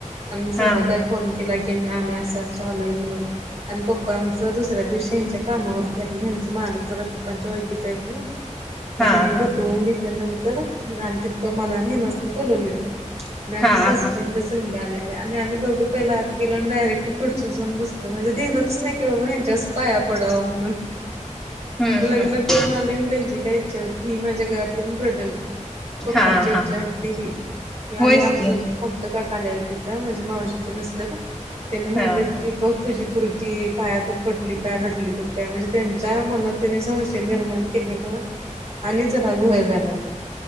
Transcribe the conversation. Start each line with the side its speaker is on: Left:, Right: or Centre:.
Right: आणि मी संध्याकाळी
Centre: हा
Right: फोन केला की आम्ही असं असू आलोय म्हणून आणि पप्पा आमचं दुसऱ्या दिवशी ह्यांच्या कामावरतीले ह्यांचे मालिक जरा पप्पांच्या ओळखीचं आहेत नाही
Centre: <unintelligible>
Right: मग त्यांनी
Centre: हा
Right: <unintelligible> घेतल्यानंतर आणि तिथं मला आणि हेनासनी बोलवलेलं आणि आमच्या
Centre: हा
Right: सासू
Centre: हा
Right: सास संघ आलेले आणि आम्ही दोघं पहिला आत गेलो आणि डायरेक्ट खुर्चीवर जाऊन बसलो म्हणजे ध्यानात च नाही की आपण यांच्या समोर पाया पडाव म्हणून
Centre: हम्म
Right: लग्न
Centre: हम्म
Right: करून आलोय त्यांची काय इच्छा होती माझ्या गळ्यात पडून रडल पप्पाची
Centre: हा
Right: इच्छा
Centre: हा
Right: होती ही की
Centre: होयच
Right: आमी आमच
Centre: की
Right: मोठं काका आलेलं तिथं म्हणजे मावशीचं मिस्टर त्यांनी म्हणलेत
Centre: हा हा
Right: की बघ तुझी पोरगी पाया तर पडली काय रडली तर काय म्हणजे त्यांच्या मनात त्यांनी संशय निर्माण केल्यामुळ आणि जरा घोळ झाला त्या